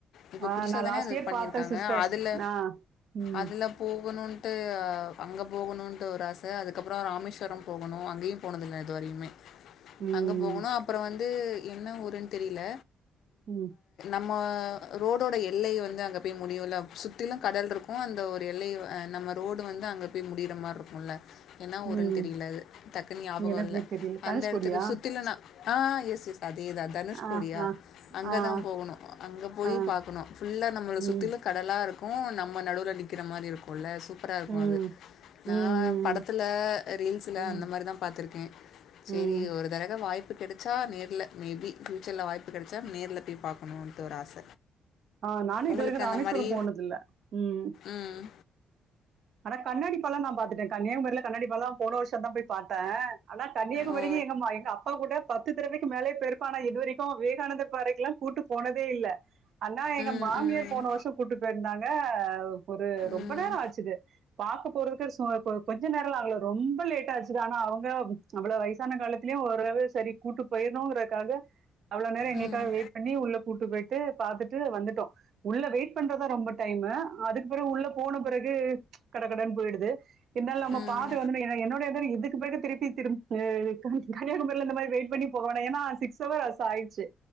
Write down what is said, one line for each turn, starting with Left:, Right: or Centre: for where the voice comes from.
Left: இப்ப
Right: ஆஹ்
Left: புதுசாதான
Right: நான் லாஸ்ட்
Left: அது
Right: இயர்
Left: பண்ணிருக்காங்க
Right: பார்த்தேன் சிஸ்டர்
Left: அதுல
Right: நான் ம்
Left: அதுல போகணு. த்து அங்க போகணுட்டு ஒரு ஆச அதுக். அக்கப்புறோ ராமேஸ்வரோ போகணு அங்கயு போனதுல்ல இதுவரையுமே.
Right: ம்
Left: அங்க போகணு அப்புறோ வந்து. இன்ன ஊருன்னு தெரியல.
Right: ம்.
Left: நம்ம ரோடோட எல்லய வந்து அங்க போய் முடியும்ல சுத்திலு கடல் இருக்கு அந்த ஒரு எல்லய நம்ம ரோடு வந்து அங்க போய் முடியிற மாரி இருக்கும்ல. என்னா ஊருன்னு
Right: ம்
Left: தெரியல அது டக்குன்னு ஞாபக
Right: எனக்கு
Left: இல்ல
Right: தெரியல
Left: அந்த
Right: தனுஷ்கோடியா
Left: இடத்துக்கு சுத்திலனா. ஆ எஸ் எஸ். அதேதா தனுஷ்கோடியா
Right: ஆ ஆ
Left: அங்கதா
Right: ஆ
Left: போகணு அங்கே போய்
Right: ஆ.
Left: பாக்கணு ஃபுல்லா நம்மள
Right: ம்.
Left: சுத்திலு கடலா இருக் கு நம்ம நடுவில நிக்கற மாரி இருக்கும்ல்ல சு. சூப்பராஇருக்கு
Right: ம்.
Left: அது நா
Right: ம்.
Left: ஆ. படத்தில ரீல்ஸில
Right: ம்.
Left: அந்த மாரிதா பாத்துருக்கே சேரி
Right: ம்.
Left: ஒரு தரக வாய்ப். கிடச்சா நேர்ல மே பி பியூச்சர்ல வாய்ப்பு கிடைச்சா நேர்ல போய் பாக்கணுட்டு ஒரு ஆச.
Right: ஆ நானு
Left: உங்களுக்கு
Right: இது வரைக்கு ராமேஸ்வரோ
Left: அந்த மாரி
Right: போனது இல்ல ம்.
Left: ம்
Right: ஆனா கண்ணாடிபல நா பாத்துட்டே கன்னியாகுரியில கண்ணாடிபல போன வருஷதாபோய் பாத்தே. ஆனா கண்ணியாகுமரிக்கு
Left: ஓ
Right: எங்கம்மா எங்க அப்பா கூட பத். த்தறவைக்கு மேலே பேருக்கே ஆனா இதுவரைக்கு வேகானந்தர் பாறைக்குல்லா கூட்டு போனதே இல்ல. அண்ணா எங்க
Left: ம்
Right: மாமியார்
Left: ம் ம்
Right: போன வருஷோ கூட்டு போய் இருந்தாங். ஆ ஒரு ரொம்ப
Left: ம்
Right: நேரொ ஆச்சுது. பாக்க போறதுக்கு சு கொ கொஞ்சநேரொல்லா ஆகல ரொம்ப லேடட்டா ஆச்சுது ஆனா அவங்க அவ்வளவு வயசான காலத்திலயு ஓரளவு சரி கூட்டு போயிணுங்கறதுக்காக. அவ்ளோ நேரரொ எங்களுக்காக
Left: ம்
Right: வெயிட் பண்ணி உள்ள கூட்டு போயிட்டு. பாத்துட்டு வந்துட்டோ உள்ள வெயிட் பண்றதா ரொம்ப டைம் அதுக். ப்றோ உள்ள போன பிறகு. கட கடனு போயிடுது. என்னால நம்ம
Left: ம்
Right: பாத்துவந்துணு ஏனா என்னுடைய இதுக்கு பிறகு திருப்பி திரும். கன்னியாகுமரியல இந்த மாரி வெயிட் பண்ணி போக வேணா ஏன்னா சிக்ஸ் ஹவர் அஸ்ச ஆயிச்சி.